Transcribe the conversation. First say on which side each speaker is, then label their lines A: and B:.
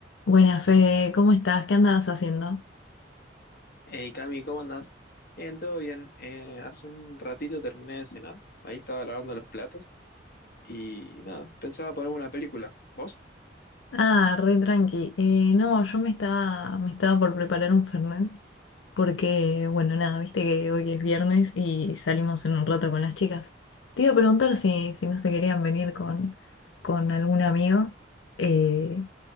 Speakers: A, on the left (about 80°); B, on the left (about 55°).
A: Buenas, Fede, ¿cómo estás? ¿Qué andabas haciendo?
B: Hey Cami, ¿cómo andás? Bien, todo bien. Eh, hace un ratito terminé de cenar, ahí estaba lavando los platos y nada, pensaba ponerme una película. ¿Vos?
A: Ah, re tranqui. Eh, no, yo me estaba, me estaba por preparar un Fernet porque, bueno, nada, viste que hoy es viernes y salimos en un rato con las chicas. Te iba a preguntar si, si no se querían venir con, con algún amigo, eh,